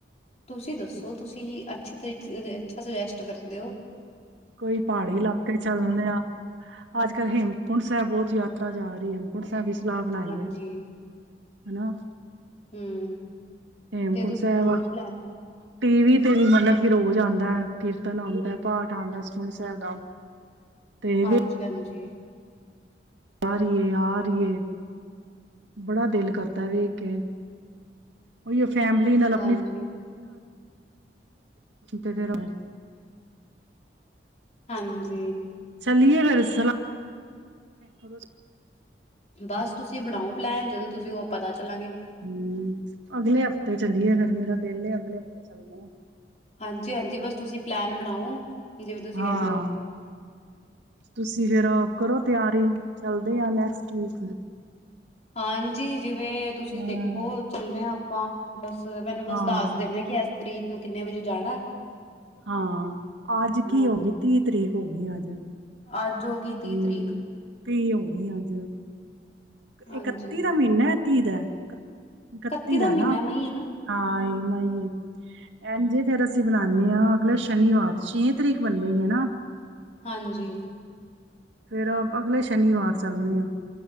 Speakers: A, on the left; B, on the right.
A: ਤੁਸੀਂ ਦੱਸੋ ਤੁਸੀਂ ਅੱਛੇ ਤਰੀਕੇ ਅੱਛਾ ਸੁਜੈਸਟ ਕਰ ਦਿਓ
B: ਕੋਈ ਪਹਾੜੀ ਇਲਾਕੇ ਚੱਲਦੇ ਆ, ਅੱਜ ਕੱਲ ਹੇਮਕੁੰਟ ਸਾਹਿਬ ਬਹੁਤ ਯਾਤਰਾ ਜਾ ਰਹੀ ਹੈ। ਹੇਮਕੁੰਟ ਸਾਹਿਬ ਦੀ ਸਲਾਹ ਬਣਾਈਏ,
A: ਹਾਂਜੀ
B: ਹੈਨਾ
A: ਹੂੰ
B: ਹੇਮਕੁੰਟ
A: ਤੇ ਤੁਸੀਂ
B: ਸਾਹਿਬ
A: ਬਣਾਓ ਪਲੈਨ
B: ਟੀ ਵੀ ਤੇ ਵੀ ਮਤਲਬ ਰੋਜ਼ ਆਉਂਦਾ ਕੀਰਤਨ ਆਉਂਦਾ, ਪਾਠ ਆਉਂਦਾ, ਸੁਖਮਨੀ ਸਾਹਿਬ ਦਾ ਤੇ
A: ਹਾਂਜੀ
B: ਵੇ
A: ਹਾਂਜੀ
B: ਆ ਰਏ ਹੈ, ਆ ਰਏ ਹੈ ਬੜਾ ਦਿਲ ਕਰਦਾ ਵੇਖ ਕੇ ਉਹੀ ਫੈਮਿਲੀ ਨਾਲ ਆਪਣੀ
A: ਹਾਂਜੀ
B: ਤੇ ਫਿਰ
A: ਹਾਂਜੀ।
B: ਚੱਲਏ ਫਿਰ ਸਲਾ <unintelligible>
A: ਬਸ ਤੁਸੀਂ ਬਣਾਓ। ਪਲੈਨ ਜਦੋਂ ਤੁਸੀਂ ਉਹ ਪਤਾ ਚੱਲਾਂਗੇ
B: ਹਮ ਅਗਲੇ ਹਫ਼ਤੇ ਚਲੀਏ ਫੇਰ। ਮੇਰਾ ਦਿਲ ਏ ਅਗਲੇ ਹਫ਼ਤੇ ਚੱਲਣੇ ਆ।
A: ਹਾਂਜੀ ਹਾਂਜੀ ਬਸ ਤੁਸੀਂ ਪਲੈਨ ਬਣਾਓ। ਜਿਵੇਂ ਤੁਸੀਂ
B: ਹਾਂ
A: ਕਹਿੰਦੇ ਹੋ
B: ਤੁਸੀਂ ਫੇਰ ਕਰੋ ਤਿਆਰੀ ਚਲਦੇ ਆ ਨੈਕਸਟ ਵੀਕ।
A: ਹਾਂਜੀ ਜਿਵੇਂ ਤੁਸੀਂ
B: ਹਾਂ
A: ਦੇਖੋ ਚੱਲੇ ਆ। ਹਾਂ ਬੱਸ। ਮੈਨੂੰ ਬਸ
B: ਹਾਂ
A: ਦੱਸ ਦਿੰਦਾ ਕਿ ਇਸ ਤਰੀਕ ਨੂੰ ਕਿੰਨੇ ਵਜੇ ਜਾਣਾ।
B: ਹਾਂ ਅੱਜ ਕੀ
A: ਹਾਂਜੀ
B: ਹੋ ਗਈ ਤੀਹ ਤਰੀਕ। <unintelligible>
A: ਅੱਜ ਹੋ ਗਈ ਤੀਹ
B: ਹਮ
A: ਤਰੀਕ
B: ਤੀਹ ਹੋ ਗਈ ਅੱਜ
A: ਹਾਂਜੀ
B: ਇਕੱਤੀ ਦਾ ਮਹੀਨਾ। ਤੀਹ ਦਾ ਇੱਕਤੀ
A: ਇਕੱਤੀ
B: ਦਾ
A: ਮਹੀਨਾ
B: ਨਾ
A: ਮਈ ਹੈ ਨਾ
B: ਹਾਂ ਮਈ ਏ। ਇਂਜ਼ ਫੇਰ ਅਸੀਂ ਬਨਾਨੇ ਹਾਂ ਅਗਲੇ ਸ਼ਨੀਵਾਰ ਛੇ ਤਰੀਕ ਬਨੇਗੀ ਨਾ।
A: ਹਾਂਜੀ।
B: ਫਿਰ ਅਗਲੇ ਸ਼ਨੀਵਾਰ ਚੱਲਣੇ ਆਂ।